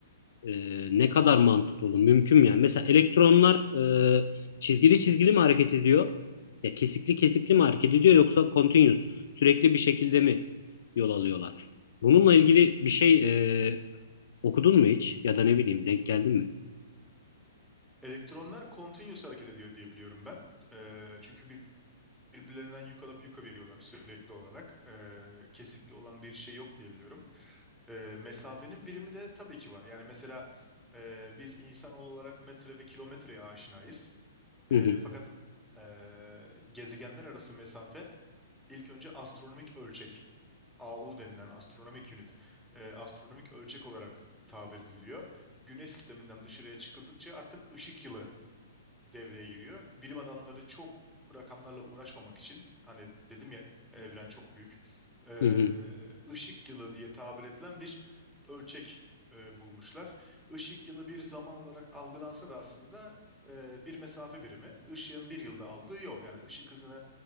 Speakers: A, on the left (about 65°); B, in the centre.
A: e, ne kadar mantıklı olur? Mümkün mü yani? Mesela elektronlar e, çizgili çizgili mi hareket ediyor? Ya kesikli kesikli mi hareket ediyor yoksa continuous sürekli bir şekilde mi yol alıyorlar? Bununla ilgili bir şey e, okudun mu hiç? Ya da ne bileyim denk geldin mi?
B: Elektronlar continuous hareket ediyor diye biliyorum ben. E, çünkü bir- birbirlerinden yük alıp yuka veriyorlar sürekli olarak. E, kesikli olan bir şey yok diye biliyorum. E, mesafenin birimi de tabii ki var. Yani mesela e, biz insan olarak metre ve kilometreye aşinayız. E,
A: Hı hı,
B: fakat e, gezegenler arası mesafe ilk önce astronomik ölçek, AU denilen astronomik unit, e, astronomik ölçek olarak tabir ediliyor. Güneş sisteminden dışarıya çıkıldıkça artık ışık yılı devreye giriyor. Bilim adamları çok rakamlarla uğraşmamak için hani dedim ya evren çok büyük. Ee,
A: hı hı.
B: ışık yılı diye tabir edilen bir ölçek e, bulmuşlar. Işık yılı bir zaman olarak algılansa da aslında e, bir mesafe birimi. Işığın bir yılda aldığı yol yani ışık hızını